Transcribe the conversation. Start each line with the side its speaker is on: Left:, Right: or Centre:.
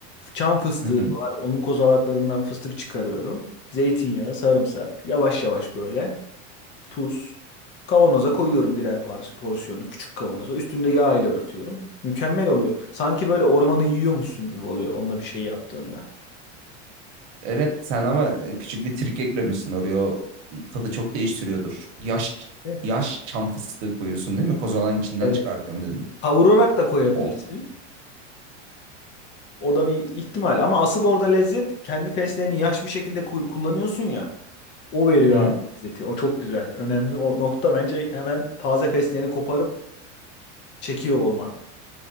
Left: Çam fıstığı
Right: Hı hı.
Left: var onun kozalaklarından fıstık çıkarıyorum. Zeytinyağı, sarımsak yavaş yavaş böyle. tuz. Kavanoza koyuyorum birer par- porsiyonu küçük kavanoza. Üstünde yağ ile örtüyorum. Mükemmel oluyor. Sanki böyle ormanı yiyormuşsun gibi oluyor onunla bir şey yaptığında.
Right: Evet sen ama e, küçük bir trik eklemişsin oraya. O e, tadı çok değiştiriyordur. Yaş
Left: Evet.
Right: yaş çam fıstığı koyuyorsun değil mi? Kozalan içinden
Left: Evet.
Right: çıkartıyorum dedin.
Left: Kavurarak da koyabilirsin.
Right: O.
Left: O da bir ihtimal ama asıl orada lezzet kendi fesleğeni yaş bir şekilde ku- kullanıyorsun ya. O veriyor
Right: Hı hı.
Left: abi lezzeti. O çok güzel. Önemli o nokta bence hemen taze fesleğeni koparıp çekiyor olman.